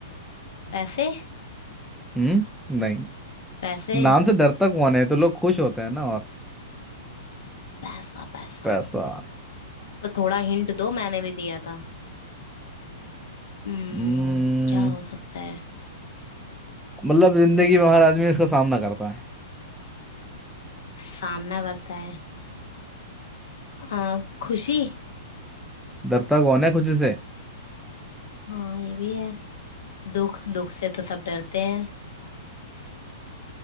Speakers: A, on the left (about 75°); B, in the centre.
A: पैसे
B: हम्म नहीं
A: पैसे
B: नाम से डरता कौन है तो लोग खुश होते हैं ना और
A: पैसा पैसा
B: पैसा
A: तो थोड़ा हिंट दो मैंने भी दिया था हम्म
B: हम्म
A: क्या हो सकता है
B: मतलब जिंदगी
A: हम्म
B: में हर आदमी इसका सामना करता है
A: सामना करता है आ, खुशी
B: डरता कौन है खुद से
A: हाँ ये भी है दुख दुख से तो सब डरते हैं